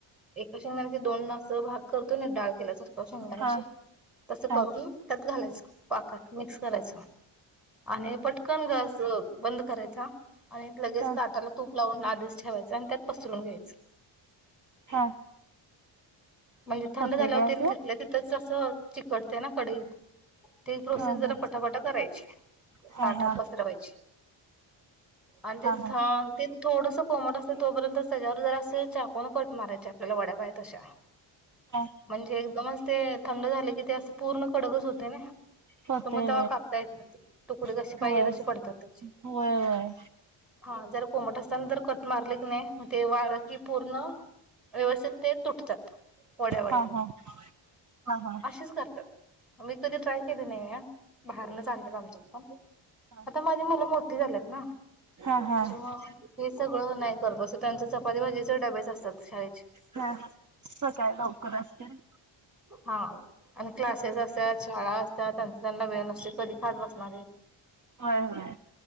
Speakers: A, in the centre; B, on the right.
A: एका शेंगदाण्याचे दोन ना असं भाग करतोय ना, डाळखल्यासारखं शेंगाण्याची
B: हा
A: तसं
B: हा
A: करून- त्यात घालायचं, पाकात मिक्स करायच आणि पटक- कन गॅस बंद करायचा आणि लगेच
B: हा
A: ताटाला- तूप लावून आधीच ठेवायचं आणि त्यात पसरून घ्यायचं-
B: हा.
A: म्हणजे थंड
B: होतय
A: झाल्यावर
B: काय
A: तेल
B: ते
A: तिथल्या तिथंच असं, चिकटतें ना कडईत- ती प्रोसेस
B: हा
A: जरा
B: हा
A: पटापटा करायची,
B: हा
A: ताटात
B: हा
A: पसरवायची. आणि ते
B: हा हा
A: थांब- ते थोडसं कोमट असत तोपर्यंत तेच्यावर जरास चाकून कट मारायच आपल्याला वड्या पाहि- तशा,
B: हा
A: म्हणजे एकदमच ते थंड झाले की ते असे पूर्ण कडकच होते नाही.
B: होतय
A: तर मग तेवा कापता येत नाही ते, तुकडे कसे
B: व्हय
A: पाहिजे तसे पडतात त्यांचे.
B: व्हय व्हय व्हय
A: हा, जर कोमट असताना जर कट मारले की नाही ते वाळल की पूर्ण- व्यवस्थित ते तुटतात, वड्या वड्यात
B: हा हा हा हा
A: असेच करतात. मी कधी ट्राय केली नाहीये, बाहेरनच आणतात आमच्यात पण.
B: हा
A: आता माझी मुलं मोठी झाल्यात ना.
B: हा हा हा
A: त्याच्यामुळ हे सगळं नाही करत बसत त्यांचं चपाती भाजीचे डबेच असतात शाळेत.
B: ह सकाळी लवकर असतील.
A: हा. आणि क्लासेस असतात शाळा असतात त्यांचा त्यांना वेळ नसते कधी खात बसणार आहे.
B: हो ह.